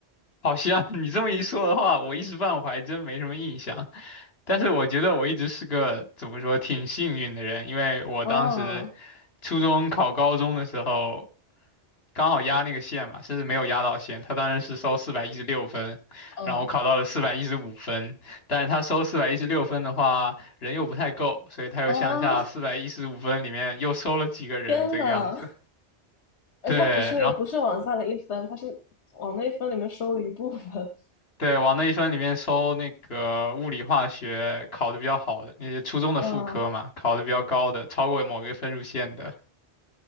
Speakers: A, on the left; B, on the left.
A: 好像 <laughs> 你这么一说的话，我一时半会儿还真没什么印象。但是我觉得我一直是个怎么说挺幸运的人，因为我当时
B: 哦，
A: 初中考高中的时候，刚好压那个线嘛，甚至没有压到线。他当时是收四百一十六分，
B: 嗯
A: 然后我考到了四百一十五分，但是他收四百一十六分的话，人又不太够，所以他又向下四百一十五分里面又收了几个人这个样子。
B: 啊，<laughs> 天呐，而且它不是不是往下了一分，
A: 对，然后。
B: 它是往那一分里面收了一部分。
A: 对，往那一分里面收那个物理化学考的比较好的，那些初中的副科嘛，
B: 哇，
A: 考的比较高的，超过某一个分数线的。